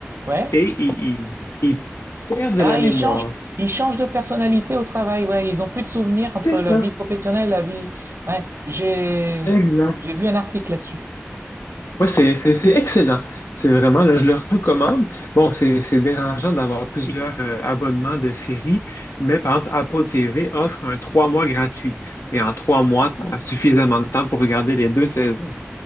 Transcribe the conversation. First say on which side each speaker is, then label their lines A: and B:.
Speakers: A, on the right; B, on the left.
A: Ouais.
B: et ils, ils- ils perdent la
A: Ah,
B: mémoire.
A: ils changent, ils changent de personnalité au travail, ouais. Ils ont plus de souvenirs entre
B: C'est ça,
A: la vie professionnelle et la vie. Ouais, j'ai
B: exact.
A: j'ai vu un article là-dessus.
B: Ouais, c'est c'est- c'est excellent. C'est vraiment, là, je le recommande. Bon, c'est c'est dérangeant d'avoir plusieurs euh, abonnements de séries, mais par exemple, Apple TV offre un trois mois gratuit. Et en trois mois, tu as suffisamment de temps pour regarder les deux saisons.